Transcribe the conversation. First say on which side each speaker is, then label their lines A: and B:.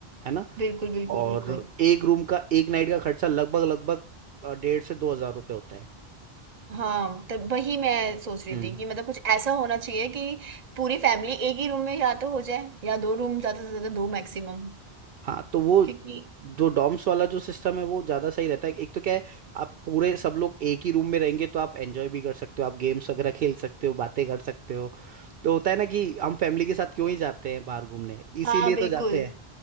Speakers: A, on the right; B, on the right.
A: है ना
B: बिल्कुल बिल्कुल
A: और
B: बिल्कुल
A: एक रूम का एक नाइट का खर्चा लगभग लगभग अ, डेढ़ से दो हजार रुपये होता है
B: हाँ तब वही मैं सोच रही
A: हम्म
B: थी कि मतलब कुछ ऐसा होना चाहिए कि पूरी फैमिली एक ही रूम में या तो हो जाए या दो रूम ज्यादा से ज्यादा दो मैक्सिमम
A: हाँ तो वो
B: क्योंकि
A: जो डॉम्स वाला जो सिस्टम है वो ज्यादा सही रहता है एक तो क्या है आप पूरे सब लोग एक ही रूम में रहेंगे तो आप एंजॉय भी कर सकते हो आप गेम्स वगैरह खेल सकते हो बातें कर सकते हो तो होता है ना कि हम फैमिली के साथ क्यों ही जाते हैं बाहर घूमने इसीलिए
B: हाँ बिल्कुल
A: तो जाते हैं